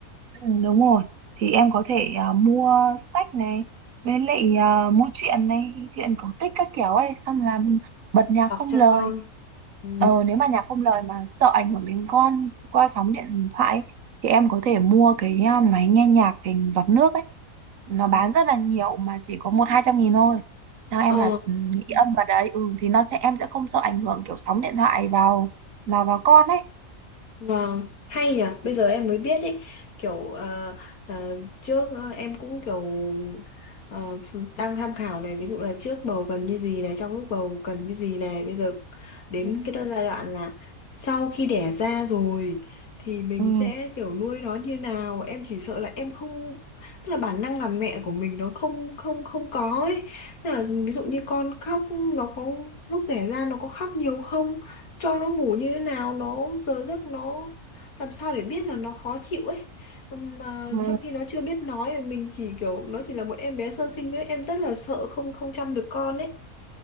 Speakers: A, on the right (about 70°); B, on the left (about 80°).
A: Ừ, đúng rồi thì em có thể à, mua sách này với lại à, mua truyện này truyện cổ tích các kiểu ấy xong là bật nhạc
B: tập
A: không
B: cho
A: lời
B: con ừ.
A: ờ, nếu mà nhạc không lời mà sợ ảnh hưởng đến con qua sóng điện thoại ấy, thì em có thể mua cái à, máy nghe nhạc hình giọt nước ấy nó bán
B: ờ
A: rất là nhiều mà chỉ có một hai trăm nghìn thôi theo em
B: Ờ.
A: là ừ, nghĩ âm vào đấy ừ thì nó sẽ em sẽ không sợ ảnh hưởng kiểu sóng điện thoại vào vào vào con ấy
B: Vâng, hay nhỉ, bây giờ em mới biết ấy, kiểu ờ, ờ, trước ờ, em cũng kiểu ờ, đang tham khảo này, ví dụ là trước bầu cần như gì này, trong lúc bầu cần như gì này, bây giờ đến
A: ừ.
B: cái giai đoạn là sau khi đẻ ra rồi thì mình
A: Ừ.
B: sẽ kiểu nuôi nó như nào, em chỉ sợ là em không tức là bản năng làm mẹ của mình nó không không không có ấy. Tức là ví dụ như con khóc nó có lúc đẻ ra nó có khóc nhiều không? cho nó ngủ như thế nào nó giờ giấc nó làm sao để biết là nó khó chịu ấy mà
A: Ừ.
B: trong khi nó chưa biết nói mình chỉ kiểu nó chỉ là một em bé sơ sinh thôi em rất là sợ không không chăm được con ấy